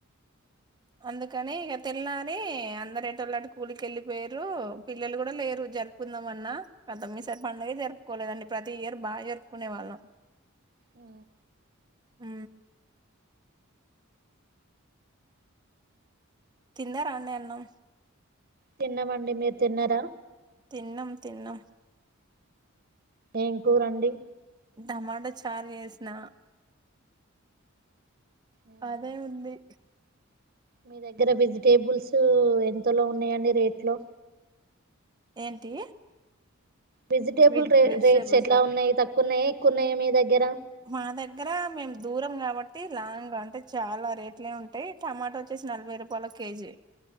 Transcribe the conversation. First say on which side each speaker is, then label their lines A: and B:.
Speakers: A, on the right; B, on the right.
A: అందుకని ఇగ తెల్లారి అందరెట్ ఇలాంటి కూలికి వెళ్ళిపోయిరు పిల్లలు కూడా లేరు జరుపుకుందాం అన్నా అంతొమ్మిసారి పండగ జరుపుకోలేదండి ప్రతి ఇయర్ బాగా జరుపుకునే వాళ్ళం
B: ఉ
A: ఊ తిన్నారండి అన్నం
B: తిన్నామండి మీరు తిన్నారా
A: తిన్నం తిన్నం
B: ఏం కూరండి
A: టమాట చార్ చేసిన
B: అవునా
A: అదే ఉంది
B: మీ దగ్గర వెజిటేబుల్స్ ఎంతలో ఉన్నాయండి రేట్లు
A: ఏంటి
B: వెజిటేబుల్
A: వెజ్
B: రే
A: వెజిటబుల్సా
B: రేట్స్ ఎట్లా ఉన్నాయి తక్కువ ఉన్నాయా ఎక్కువ ఉన్నాయా మీ దగ్గర
A: మా దగ్గర మేము దూరం కాబట్ ట్టి లాంగ్ అంటే చాలా రేట్లే ఉంటాయి టమాటా వచ్చేసి నలభై రూపాయల కేజీ